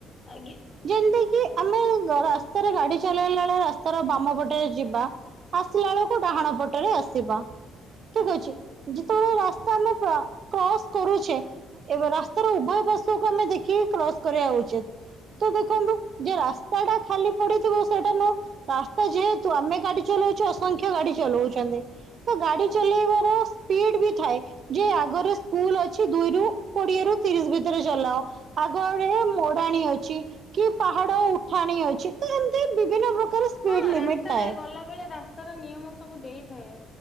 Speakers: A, on the left (about 25°); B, on the right (about 50°).
A: ଆଜ୍ଞା
B: ଯେମିତି କିି ଆମେ ରାସ୍ତାରେ ଗାଡି ଚଲେଇଲା ବେଳେ ରାସ୍ତାର ବାମ ପଟେରେ ଯିବା। ଆସିଲା ବେଳକୁ ଡାହାଣ ପଟରେ ଆସିବା। ଠିକ
A: ଆସିବେ।
B: ଅଛି ଯେତେବେଳେ ରାସ୍ ରାସ୍ତା ଆମେ କ୍ରସ୍ କରୁଛେ ଏବେ ରାସ୍ତାର ଉଭୟ ପଶକୁ ଆମେ ଦେଖିକି କ୍ରସ କରିବା ଉଚିତ। ତ ଦେଖନ୍ତୁ ଯେ ରାସ୍ ସେଇଟା ଖାଲି ପଡିଥିବ ସେଇଟା ନ ରାସ୍ତା ଯେହେତୁ ଆମେ ଗାଡ଼ି ଚଲଉଛି ଅସଂଖ୍ୟ ଗାଡି ଚଲଉଛନ୍ତି। ତ ଗାଡି ଚଲେଇବାର ସ୍ପିଡ ବି ଥାଏ ଯେ ଆଗରେ ସ୍କୁଲ ଅଛି ଦୁଇରୁ କୋଡିଏ ରୁ ତିରିଶ ଭିତରେ ଚଲାଅ। ଆଗଆଡେ ମୋଡାଣୀ ଅଛି। କି ପାହାଡ ଉଠାଣି ଅଛି ତ ଏମତି ବିଭିନ୍ନ ପ୍ରକାର ସ୍ପିଡ଼
A: ହଁ
B: ଲିମିଟ୍
A: ରାସ୍ତାରେ
B: ଥାଏ
A: ଗଲା ବେଳେ ରାସ୍ତାର ନିୟମ ସବୁ ଦେଇଥାଏ।